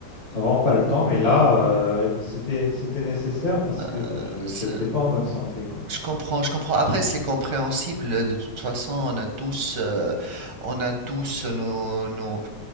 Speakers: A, on the left; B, on the right.
A: t'as vraiment pas le
B: Hmm,
A: temps. Mais là, euh, c'était, c'était nécessaire parce
B: bah,
A: que bah, je,
B: c'est-
A: j'étais pas en bonne santé, quoi.
B: je comprends, je comprends. Après, c'est compréhensible. De toute façon, on a tous, euh, on a tous nos, nos-